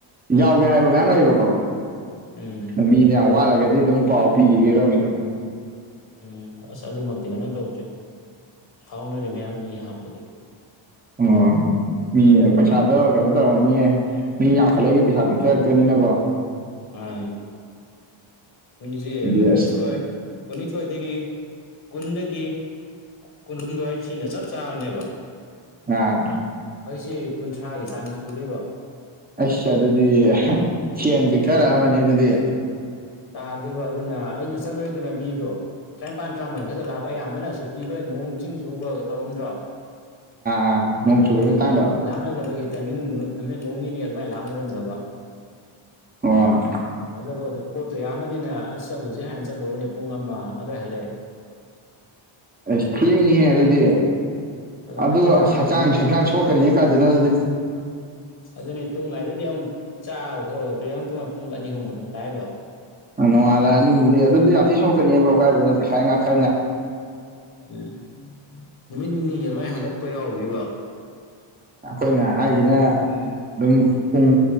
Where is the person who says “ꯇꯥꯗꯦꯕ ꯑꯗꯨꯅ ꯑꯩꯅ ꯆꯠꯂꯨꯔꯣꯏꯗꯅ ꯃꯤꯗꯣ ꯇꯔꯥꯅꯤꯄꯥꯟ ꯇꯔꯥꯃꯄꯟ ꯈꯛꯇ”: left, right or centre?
Left